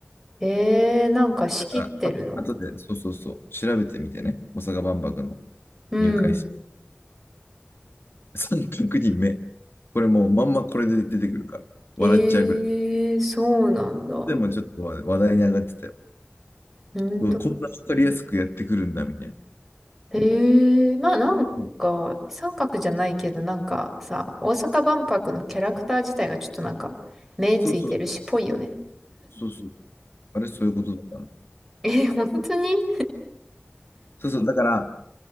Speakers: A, in the centre; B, on the left.
A: えー、なんか仕切ってるの
B: だからあ、あとで、そうそうそう、調べてみてね。大阪万博の
A: うん。
B: 入会式。3組人目。これもうまんまこれで出てくるから。笑っちゃうぐらい。
A: えー、そうなんだ。
B: でもちょっと話題に上がってたよ。
A: ほんと。
B: うわ、こんなわかりやすくやってくるんだ、みたいな。
A: えー、まあなんか、
B: うん
A: 三角じゃないけど、なんかさ、大阪万博のキャラクター自体がちょっとなんか、目ついてるし、
B: そうそう、
A: ぽいよね。
B: そうそう。あれ、そういうことだから
A: えー、本当に
B: そうそう、だから、